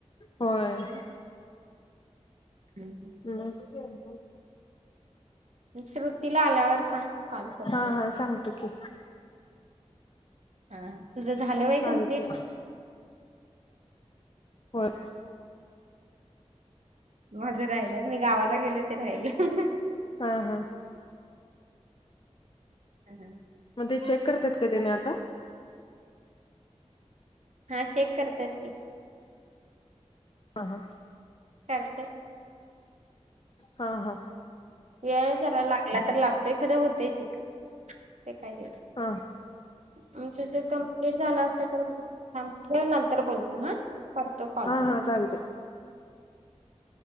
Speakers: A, on the left; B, on the right.
A: होय.
B: हम्
A: मग <inaudible>
B: श्रुतीला आल्यावर सांग? कॉल करतो
A: हा हा सांगतो की.
B: हा हा तुझं झालं व्हय
A: सांगते
B: कंप्लीट?
A: होय
B: माझं राहिल्यात मी गावाला गेलो ते राहिल्यात.
A: हा हा
B: ह ह
A: मग ते चेक करत्यात का तेनी आता?
B: हा चेक करतात्यात कि.
A: हा हा
B: करत्यात घे.
A: हा हा
B: वेळ जरा लागला तर लागतोय खरं होतय चेक ते काही हे नाही.
A: हा
B: आमचं जर कंप्लीट झालं असल तर थांब ठेव नंतर बोलतो हा करतो कॉल.
A: हा
B: तुला
A: हा चालतंय.